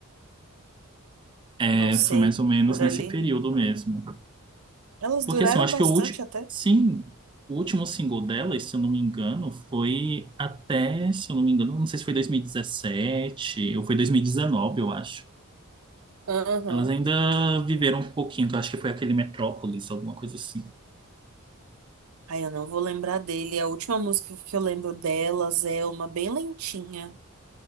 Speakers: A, on the right; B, on the right.
A: É,
B: Não sei,
A: foi mais ou menos
B: por
A: nesse
B: ali.
A: período mesmo.
B: Elas
A: Porque
B: duraram
A: assim, eu acho
B: bastante
A: que o último.
B: até.
A: Sim, o último single dela, se eu não me engano, foi até, se eu não me engano, não sei se foi 2017 ou foi 2019, eu acho.
B: Aham.
A: Elas ainda viveram um pouquinho, que eu acho que foi aquele Metrópolis, alguma coisa assim.
B: Ai, eu não vou lembrar dele. A última música que eu lembro delas é uma bem lentinha,